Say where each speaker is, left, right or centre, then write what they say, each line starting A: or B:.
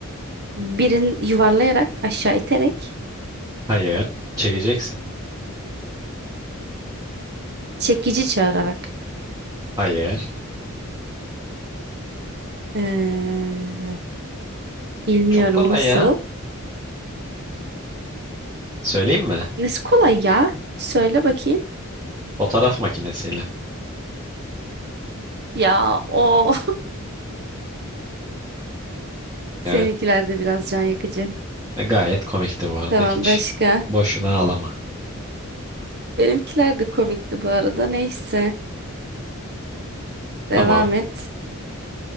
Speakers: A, on the right; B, on the right.
A: Birini yuvarlayarak, aşağı iterek,
B: Hayır. Çekeceksin.
A: çekici çağırarak.
B: Hayır.
A: Ee, bilmiyorum
B: Çok kolay
A: nasıl.
B: ya. Söyleyeyim mi?
A: Nesi kolay ya? Söyle bakayım.
B: Fotoğraf makinesiyle.
A: Ya o <laughs> seninkiler
B: Evet.
A: de biraz can yakıcı.
B: E, Gayet komikti bu arada.
A: Tamam
B: Hiç
A: başka.
B: boşuna ağlama.
A: Benimkiler de komikti bu arada. Neyse. Devam
B: Tamam.
A: et.